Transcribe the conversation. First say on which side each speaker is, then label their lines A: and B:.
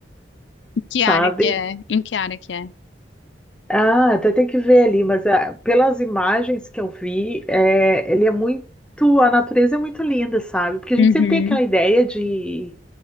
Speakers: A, on the left; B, in the centre.
A: Em Que
B: sabe?
A: área que é? Em que área que é?
B: Ah, até tem que ver ali, mas ah, pelas imagens que eu vi, é, ele é muito, a natureza é muito linda, sabe? Porque a
A: Uhum,
B: gente sempre tem aquela ideia de,